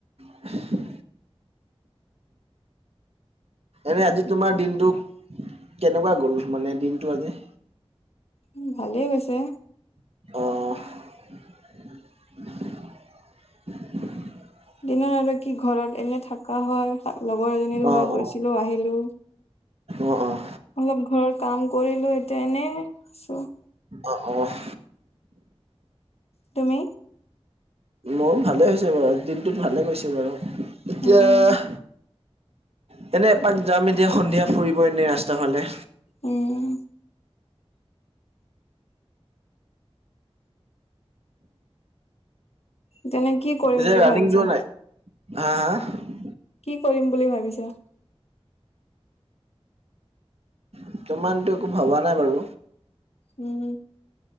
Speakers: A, on the right; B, on the left.
A: <inaudible> এনেই আজি তোমাৰ দিনটো, কেনেকুৱা গ'ল মানে দিনটো আজি?
B: উম' ভালেই গৈছে।
A: অঁহ'
B: দিনত আৰু কি ঘৰত এনেই থাকা হয়। লগৰ এজনীৰ
A: অ',
B: ঘৰত
A: অ',
B: গৈছিলো, আহিলো।
A: অ', অ',
B: অলপ ঘৰৰ কাম কৰিলো এতিয়া এনেই আছো।
A: অঁ' অঁ'
B: তুমি?
A: মও ভালে হৈছে বাৰু, দিনটোত ভালে গৈছে বাৰু। এতিয়া-
B: উম উম
A: তেনে এপাক যাম এতিয়া সন্ধিয়া ফুৰিব এনেই ৰাস্তাৰ ফালে।
B: উম' তেনে কি কৰিম
A: পিছে
B: বুলি
A: ৰাণিং
B: ভাবিছা
A: যোৱা নাই? হাঁ হাঁ!
B: কি কৰিম বুলি ভাবিছা?
A: বতমানতো একো ভবা নাই বাৰু।
B: উম উম'